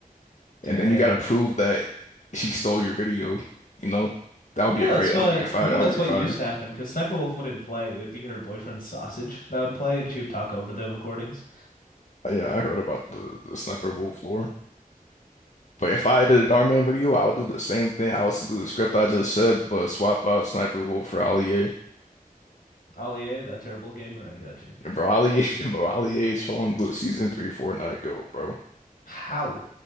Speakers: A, on the left (about 70°); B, on the left (about 55°).
A: Damn.
B: and then you got to prove that she stole your video. You know, that would
A: You
B: be
A: know
B: a
A: that's
B: crate.
A: what
B: That would be a fire.
A: you know
B: That
A: that's
B: would be
A: what
B: fire.
A: used to happen because Sniper Wolf wouldn't play. It would be her boyfriend Sausage that would play, and she would talk over the recordings.
B: Uh, Yeah, I heard about the, the Sniper
A: Yeah,
B: Wolf lore. But if I did a Darman video, I would do the same thing. I would still do the script I just said, but swap out Sniper Wolf for Ali A.
A: Ollie, that terrible gamer, I got you.
B: And Bro, Ali A, <laughs> bro, Ali A is on the season three Fortnite go, bro.
A: How?